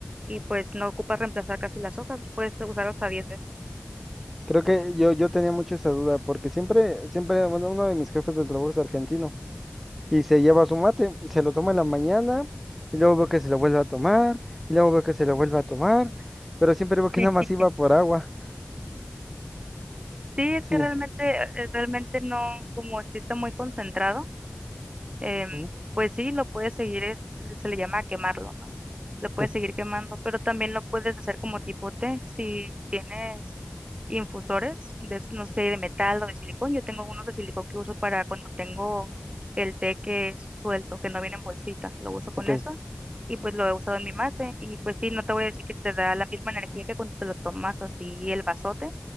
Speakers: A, on the right (about 25°); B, in the centre.
A: y pues no ocupas reemplazar casi las hojas, puedes usar hasta diez veces.
B: Creo que yo, yo tenía mucho esa duda porque siempre, siempre, bueno, uno de mis jefes del trabajo es argentino y se lleva su mate y se lo toma en la mañana y luego veo que se lo vuelve a tomar y luego veo que se lo vuelve a tomar, pero siempre veo que
A: <laughs>
B: nada más iba por agua.
A: Sí, es
B: Sí.
A: que realmente, eh, realmente no, como existe muy concentrado, em,
B: Ujú.
A: pues sí, lo puedes seguir, es- se le llama quemarlo, ¿no? Lo puedes
B: sí.
A: seguir quemando, pero también lo puedes hacer como tipo té. Si tienes infusores, de, no sé, de metal o de silicón, yo tengo unos de silicón que uso para cuando tengo el té que es suelto, que no viene en bolsita, lo uso con
B: Ok,
A: eso y pues lo he usado en mi mate y pues sí, no te voy a decir que te da la misma energía que cuando te lo tomas así el vasote,